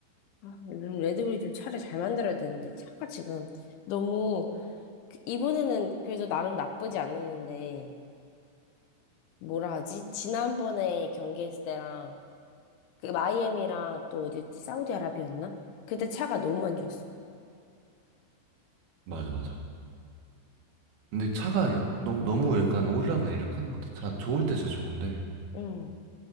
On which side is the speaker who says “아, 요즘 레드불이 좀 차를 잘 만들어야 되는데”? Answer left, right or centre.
Left